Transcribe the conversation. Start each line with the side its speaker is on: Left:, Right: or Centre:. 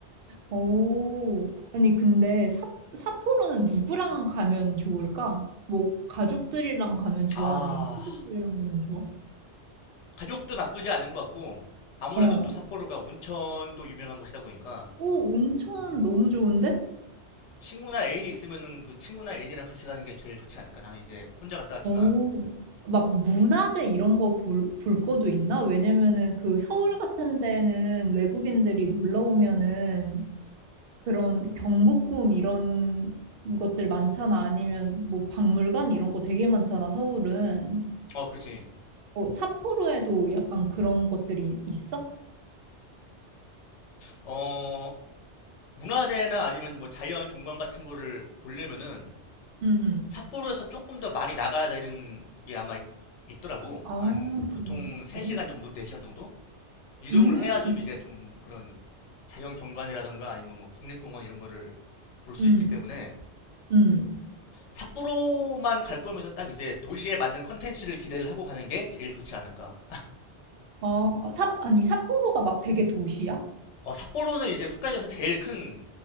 Right: 오, 아니, 근데 삿 삿포로는 누구랑 가면 좋을까? 뭐, 가족들이랑 가면 좋아?
Left: 아,
Right: 아니면 친구들이랑 가면 좋아?
Left: 가격도 나쁘지 않은 것 같고, 아무래도
Right: 어,
Left: 또 삿포로가 온천도 유명한 곳이다 보니까,
Right: 오, 온천 너무 좋은데?
Left: 친구나 애인이 있으면은 그 친구나 애인이랑 같이 가는 게 제일 좋지 않을까? 나는 이제 혼자 갔다 왔지만,
Right: 오, 막 문화재 이런 거 볼, 볼 것도 있나? 왜냐면은 그 서울 같은 데는 외국인들이 놀러 오면은 그런 경복궁 이런 것들 많잖아. 아니면 뭐 박물관 이런 거 되게 많잖아, 서울은.
Left: 어, 그렇지.
Right: 어, 삿포로에도 약간 그런 것들이 있어?
Left: 어, 문화재나 아니면 뭐 자연 경관 같은 거를 보려면은
Right: 응. 응.
Left: 삿포로에서 조금 더 많이 나가야 되는 게 아마 있더라고.
Right: 아,
Left: 한 보통
Right: 그런,
Left: 3시간
Right: 그런?
Left: 정도, 4시간 정도? 이동을
Right: 음,
Left: 해야 좀 이제 좀 그런 자연 경관이라던가 아니면 뭐 국립공원 이런 거를 볼 수
Right: 음,
Left: 있기 때문에
Right: 음.
Left: 삿포로만 갈 거면은 딱 이제 도시에 맞는 컨텐츠를 기대를 하고 가는 게 제일 좋지 않을까.
Right: 어, 어, 삿, 아니, 삿포로가 막 되게 도시야?
Left: 어, 삿포로는 이제 홋카이도에서 제일 큰